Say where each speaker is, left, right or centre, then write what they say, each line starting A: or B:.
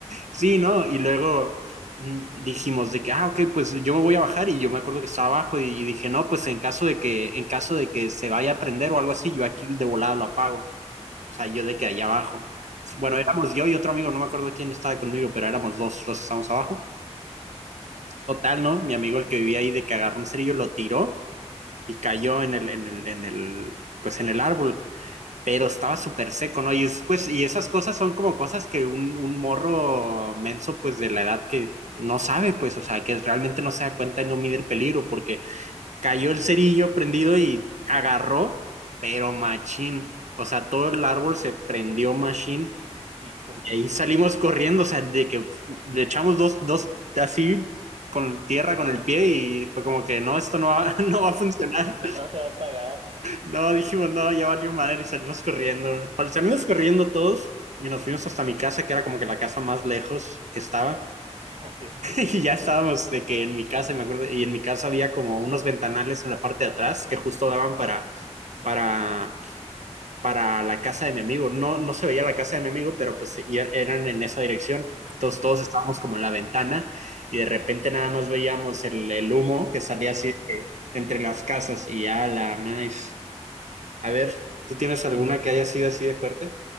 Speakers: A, on the right; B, on the right.
A: Sí, ¿no? Y luego mm, dijimos de que, ah, ok, pues yo me voy a bajar y yo me acuerdo que estaba abajo y, y dije, no, pues en caso de que, en caso de que se vaya a prender o algo así, yo aquí de volada lo apago. O sea, yo de que allá abajo. Bueno,
B: sí,
A: éramos
B: sí,
A: yo y otro amigo, no me acuerdo quién estaba conmigo, pero éramos dos los que estábamos abajo. Total, ¿no? Mi amigo, el que vivía ahí, de que agarró un cerillo, lo tiró y cayó en el, en el, en el, pues en el árbol pero estaba súper seco, ¿no? Y, es, pues, y esas cosas son como cosas que un, un morro menso, pues de la edad que no sabe, pues, o sea, que realmente no se da cuenta y no mide el peligro, porque cayó el cerillo prendido y agarró, pero machín, o sea, todo el árbol se prendió machín
B: Hijos.
A: y ahí salimos corriendo, o sea, de que le echamos dos, dos así con tierra con el pie y fue como que no, esto no va, <laughs> no va a funcionar.
B: no te va a pagar,
A: No, dijimos, no, ya valió madre y salimos corriendo. Salimos corriendo todos y nos fuimos hasta mi casa, que era como que la casa más lejos que estaba.
B: <laughs> sí,
A: <laughs> Y ya estábamos de que en mi casa, y me acuerdo, y en mi casa había como unos ventanales en la parte de atrás que justo daban para, para, para la casa de mi amigo. No, no se veía la casa de mi amigo, pero pues y e, eran en esa dirección. Entonces todos estábamos como en la ventana y de repente nada más veíamos el, el humo que salía así
B: Sí.
A: de que entre las casas y ya la más. A ver, ¿tú tienes alguna que haya sido así de fuerte?